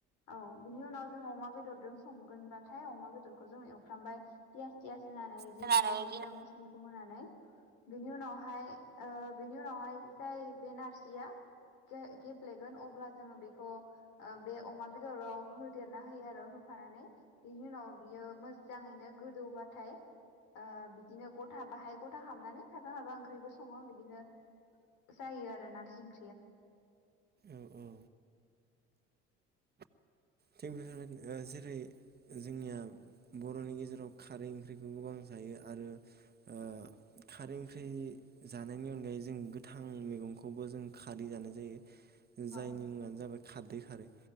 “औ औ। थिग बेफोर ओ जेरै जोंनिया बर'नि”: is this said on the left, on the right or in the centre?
Right